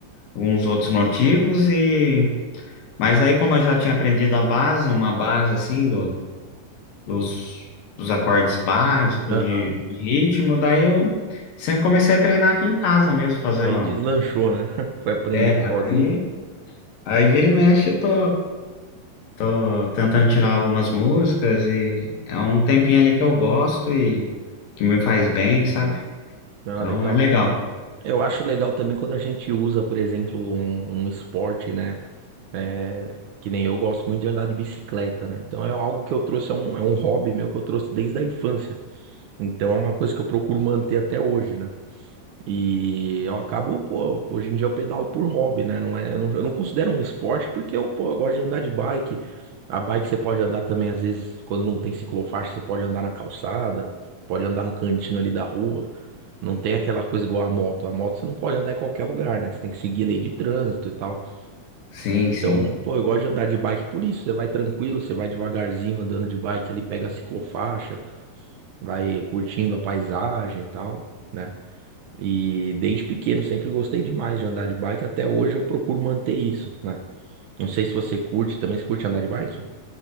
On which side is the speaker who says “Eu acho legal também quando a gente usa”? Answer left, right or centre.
Right